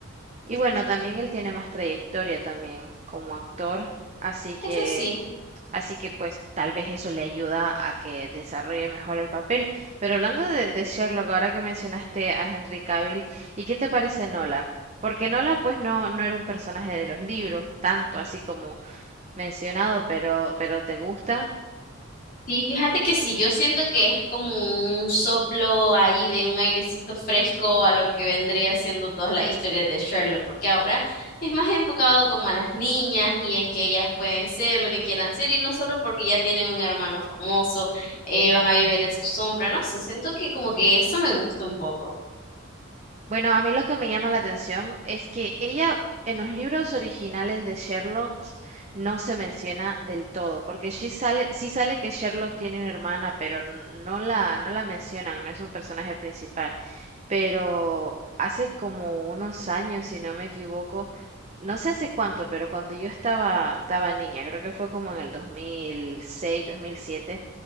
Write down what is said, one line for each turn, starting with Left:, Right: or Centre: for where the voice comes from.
Right: Y bueno, también él tiene más trayectoria también como actor, así que
Left: Eso sí,
Right: Así que pues tal vez eso le ayuda a que desarrolle mejor el papel. Pero hablando de, de Sherlock, ahora que mencionaste a Henry Cavill, ¿y qué te parece Nola? Porque Nola pues no, no era un personaje de los libros, tanto así como mencionado, pero, pero ¿te gusta?
Left: Sí, fíjate que sí, yo siento que es como un soplo ahí de un airecito fresco a lo que vendría siendo todas las historias de Sherlock, porque ahora es más enfocado como a las niñas y en que ellas pueden ser lo que quieran ser y no solo porque ya tienen un hermano famoso, eh, van a vivir en su sombra, no sé, siento que como que eso me gusta un poco.
Right: Bueno, a mí lo que me llama la atención es que ella en los libros originales de Sherlock no se menciona del todo, porque sí sale, sí sale que Sherlock tiene una hermana, pero n- no la, no la mencionan, no es un personaje principal. pero hace como unos años, si no me equivoco, no sé hace cuánto, pero cuando yo estaba, estaba niña, creo que fue como en el 2006, 2007,